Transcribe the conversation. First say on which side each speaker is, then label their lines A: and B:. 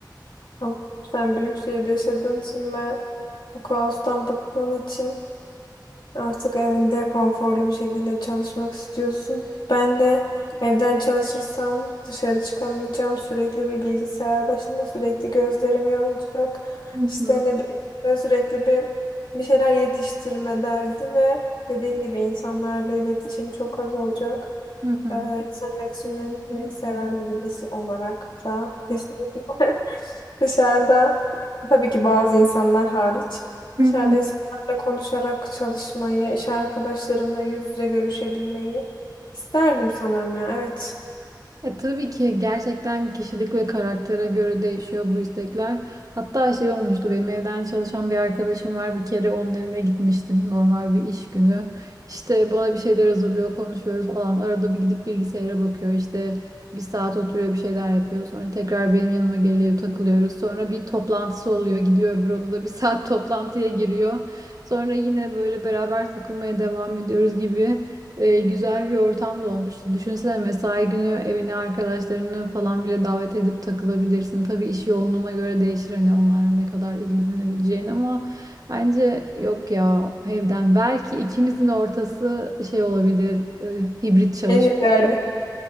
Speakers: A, on the left; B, on the right.
A: Ama Sen büyük şehirde yaşadığın için ve bu kaostan bıktığın için artık evinde konforlu bir şekilde çalışmak istiyorsun. Ben de evden çalışırsam dışarı çıkamayacağım. Sürekli bir bilgisayar başında sürekli gözlerim yorulacak.
B: <laughs> Hı
A: İşte
B: hı.
A: ne bileyim böyle sürekli bir bir şeyler yetiştirme derdi ve dediğim gibi insanlarla iletişim çok az olacak.
B: Hı hı.
A: Ee, insan iletişimini seven birisi olarak da kesinlikle <laughs> dışarıda tabii ki bazı insanlar hariç dışarıda
B: Hı hı.
A: insanlarla konuşarak çalışmayı, iş arkadaşlarımla yüz yüze görüşebilmeyi isterdim sanırım ya. Evet.
B: E tabii ki gerçekten kişilik ve karaktere göre değişiyor bu istekler. Hatta şey olmuştu benim evden çalışan bir arkadaşım var. Bir kere onun evine gitmiştim normal bir iş günü. İşte bana bir şeyler hazırlıyor, konuşuyoruz falan. Arada bir gidip bilgisayara bakıyor. İşte bir saat oturuyor bir şeyler yapıyor. Sonra tekrar benim yanıma geliyor, takılıyoruz. Sonra bir toplantısı oluyor. Gidiyor öbür odada bir <laughs> saat toplantıya giriyor. Sonra yine böyle beraber takılmaya devam ediyoruz gibi e, güzel bir ortam da olmuştu. Düşünsene mesai günü evine arkadaşlarını falan bile davet edip takılabilirsin. Tabii iş yoğunluğuna göre değişir hani onlarla ne kadar ilgilenebileceğin ama bence yok ya evden. Belki ikimizin ortası şey olabilir, e, hibrit çalışma.
A: En ideali.